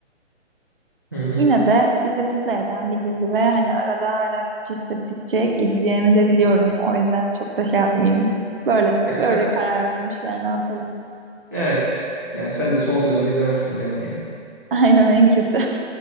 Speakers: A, on the right; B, on the right.
A: Hı hı.
B: yine de bizi mutlu eden bir dizi ve hani arada hala kötü hissettikçe gideceğimi de biliyorum. O yüzden çok da şey yapmayayım. Böyle
A: Ya,
B: böyle
A: ka-
B: karar vermişler ne yapalım.
A: evet. Yani sen de son sezonu izlemezsin canım yani.
B: <laughs> Aynen en kötü.